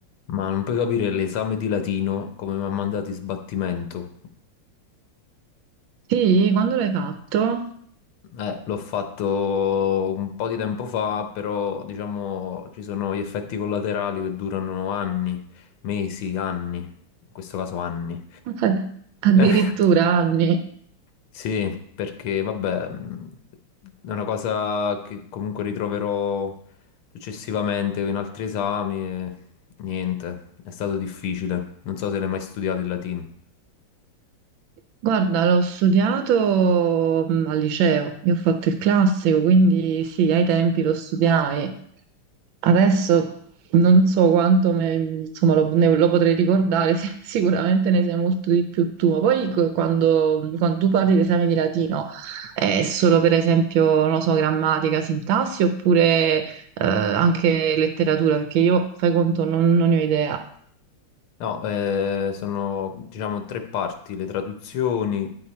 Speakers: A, on the left (about 85°); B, on the right (about 75°).
A: Ma non puoi capire l'esame di latino come mi ha mandato in sbattimento.
B: Sì, quando l'hai fatto?
A: Eh, l'ho fatto un po' di tempo fa, però diciamo ci sono gli effetti collaterali che durano anni, mesi, anni, in questo caso anni.
B: Ad- Addirittura
A: Eh,
B: anni.
A: Sì, perché vabbè, mh, è una cosa che comunque ritroverò successivamente in altri esami e niente, è stato difficile. Non so se l'hai mai studiato il latino.
B: Guarda, l'ho studiato mh, al liceo, io ho fatto il classico, quindi sì, ai tempi lo studiai. Adesso non so quanto me- insomma, lo, ne- lo potrei ricordare, <laughs> sì, sicuramente ne sai molto di più tu. Ma poi co- quando, quando tu parli di esami di latino, è solo per esempio, non lo so, grammatica, sintassi oppure eh, anche letteratura? Perché io, fai conto, non non ne ho idea.
A: No, eh, sono diciamo tre parti, le traduzioni,